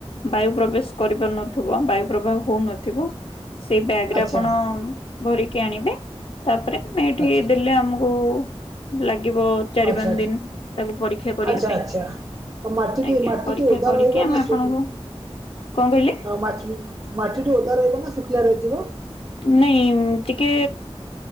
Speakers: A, on the left; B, on the right.
A: ବାୟୁ ପ୍ରବେଶ କରିପାରୁନ ବାୟୁ ପ୍ରବାହ ହଉନଥିବ ସେଇ ବ୍ୟାଗ ରେ
B: ଆଚ୍ଛା
A: ଆପଣ
B: ଆଚ୍ଛା।
A: ଭରିକି ଆଣିବେ? ତାପରେ ଆମେ ଏଇଠି
B: ଆଚ୍ଛା
A: ଦେଲେ ଆମକୁ ଲାଗିବ ଚାରି
B: ଆଚ୍ଛା
A: ପାଞ୍ଚ ଦିନ ତାକୁ ପରୀକ୍ଷା କରିବା
B: ଆଚ୍ଛା
A: ପାଇଁ।
B: ଆଚ୍ଛା ଆଉ ମାଟିଟି
A: ଆଜ୍ଞା
B: ମାଟିଟି
A: ପରୀକ୍ଷା
B: ଓଦା
A: କରିକି
B: ରହିବ
A: ଆମେ
B: ନା ସୁ
A: ଆପଣଙ୍କୁ କଣ କହିଲେ
B: ଆଉ ମାଟି ମାଟିଠୁ ଓଦା ରହିବ ନା ଶୁଖିଲ ରହିଯିବ?
A: ନାଇଁ ଟିକେ,